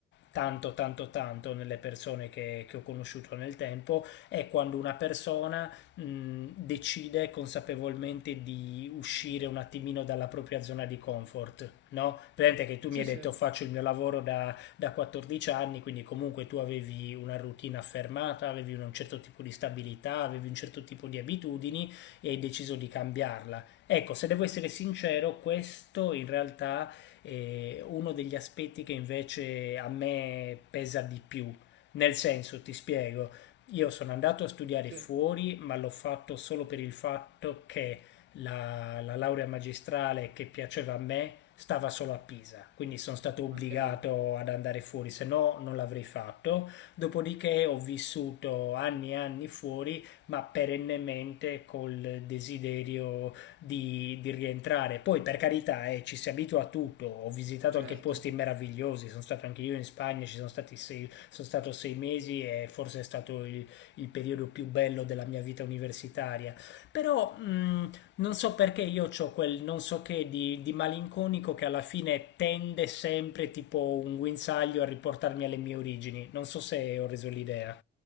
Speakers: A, on the left (about 65°); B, on the right (about 75°).
A: tanto tanto tanto nelle persone che, che ho conosciuto nel tempo è quando una persona mh, decide consapevolmente di uscire un attimino dalla propria zona di comfort, no? Presente che tu
B: sì,
A: mi hai
B: sì,
A: detto faccio il mio lavoro da, da 14 anni, quindi comunque tu avevi una routine affermata, avevi un certo tipo di stabilità, avevi un certo tipo di abitudini e hai deciso di cambiarla. Ecco, se devo essere sincero, questo in realtà eh, uno degli aspetti che invece a me pesa di più. Nel senso, ti spiego, io sono andato a studiare
B: sì.
A: fuori, ma l'ho fatto solo per il fatto che la, la laurea magistrale che piaceva a me stava solo a Pisa, quindi sono stato obbligato
B: Ok,
A: ad andare fuori, se no non l'avrei fatto. Dopodiché ho vissuto anni e anni fuori, ma perennemente col desiderio di, di rientrare. Poi per carità eh, ci si abitua a tutto, ho visitato
B: certo.
A: anche posti meravigliosi, sono stato anche io in Spagna, ci sono, stati sei, sono stato sei mesi e forse è stato il, il periodo più bello della mia vita universitaria. Però mh, non so perché io ho quel non so che di, di malinconico che alla fine tende sempre tipo un guinzaglio a riportarmi alle mie origini, non so se ho reso l'idea.